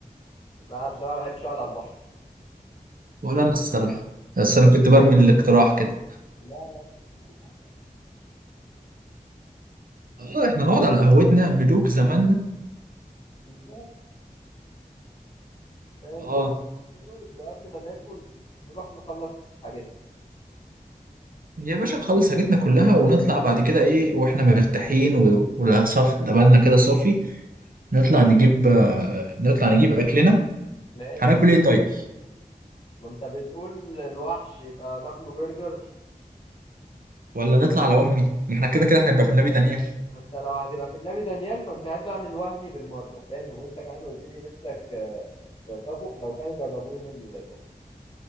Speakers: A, on the left (about 35°); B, on the right (about 65°).
A: لا بصراحه ما بحبش اقعد على البحر
B: ولا أنا الصراحة بس أنا كنت برمي الاقتراح كده
A: لا لا هي القهوه بقى
B: اه احنا نقعد على قهوتنا ملوك زماننا
A: بالظبط فاهم
B: اه
A: بس قبل ما نقعد وقبل ما ناكل نروح نخلص حاجتنا
B: يا باشا نخلص حاجتنا كلها ونطلع بعد كده ايه واحنا مرتاحين و- ولا صف لبالنا كده صافي نطلع نجيب آه، نطلع نجيب اكلنا
A: ماشي
B: هناكل ايه طيب
A: ما انت بتقول الوحش يبقى ناكله برجر
B: ولا نطلع على وهمي ما احنا كده كده هنبقى في النبي دانيال
A: انت لو هتبقى في النبي دانيال فانت هات بقى من وهمي بالمره فاهم وانت كمان قلت لي نفسك آه، تجربه فلو كان جربوه يوم الجمعه